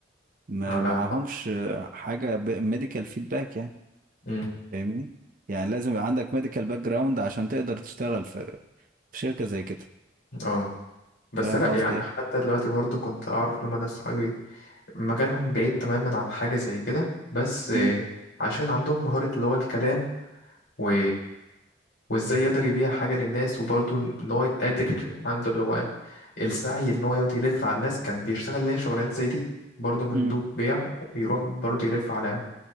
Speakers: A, on the right; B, on the left.
A: ما
B: على
A: معهمش حاجة ميديكال فيدباك يعني
B: امم
A: فاهمني يعني لازم يبقى عندك ميديكال باك جراوند عشان تقدر تشتغل في في شركة زي كده
B: اه بس
A: فاهم
B: لأ
A: قصدي
B: يعني
A: ايه
B: حتى دلوقتي برضو كنت أعرف لما ناس صحابي مجالهم بعيد تماما عن حاجة زي كده بس آه،
A: مم.
B: عشان عندهم مهارة اللي هو الكلام و وازاي يقدر يبيع حاجة للناس وبرضو ان هو قادر عنده اللي هو السعي ان هو يقعد يلف على الناس كان بيشتغل ليه شغلانات زي دي برضو مندوب
A: مم.
B: بيع وبيروح برضو يلف على